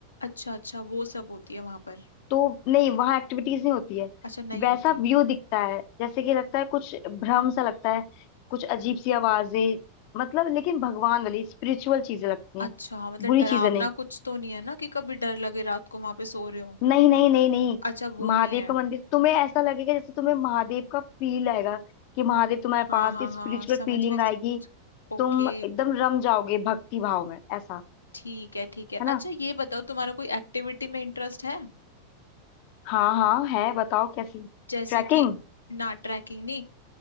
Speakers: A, on the left; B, on the left.
A: अच्छा अच्छा वो सब होती है वहां पर
B: तो नहीं वहां एक्टिविटीज नहीं होती है
A: अच्छा नहीं
B: वैसा
A: होती
B: व्यू दिखता है जैसे कि लगता है कुछ भ्रम सा लगता है कुछ अजीब सी आवाजें मतलब लेकिन भगवान वाली स्पिरिचुअल चीजें लगती हैं
A: अच्छा मतलब
B: बुरी
A: डरावना
B: चीजें नहीं
A: कुछ तो नहीं है ना कि कभी डर लगे रात को वहां पे सो रहे हो
B: नहीं नहीं नहीं नहीं
A: अच्छा वो
B: महादेव
A: नहीं है
B: का मंदिर तुम्हें ऐसा लगेगा जैसे तुम्हें महादेव का फील आएगा कि महादेव तुम्हारे
A: हाँ
B: पास
A: हाँ
B: स्पिरिचुअल
A: हाँ समझ
B: फीलिंग
A: गए समझ
B: आएगी
A: गए ओके
B: तुम एकदम रम जाओगे भक्ति भाव में ऐसा
A: ठीक है ठीक है
B: है ना
A: अच्छा ये बताओ तुम्हारा कोई एक्टिविटी में इंटरेस्ट है
B: हाँ हाँ है बताओ कैसी
A: जैसे
B: ट्रैकिंग
A: कि ना ट्रैकिंग नहीं